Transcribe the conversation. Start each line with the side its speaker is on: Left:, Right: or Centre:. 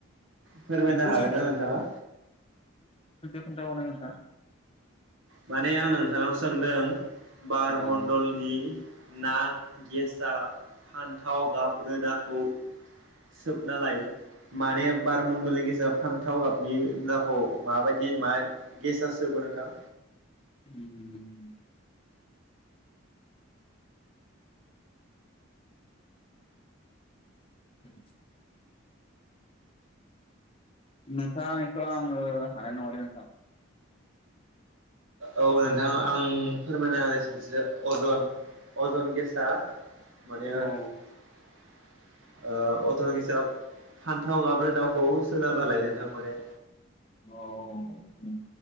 Right: फोरमायनो
Left: कुइसन
Right: हागोन ना नोंथाङा?
Left: खोनथाबावनांगोनदा
Right: माने आं नोंथांनाव सोंदों बारमण्डलनि
Left: औ
Right: ना गेसआ फान्थाव गाब रोदाखौ सोबना लायो माने बार मण्डलनि गेसा फान्थाव गाबनि रोदाखौ माबायदि मा गेसा सोबो नोंथां?
Left: उम <inaudible> नोंथाङा इखो आङो हानाय नङालै नोंथां।
Right: औ नोंथां आं फोरमायना होनोसै अजन अजन गेसआ माने ओ ओ
Left: औ
Right: अथल किसाब फान्थाव गाब रोदाखौ सोनारना लायो नोंथां माने।
Left: अ ओम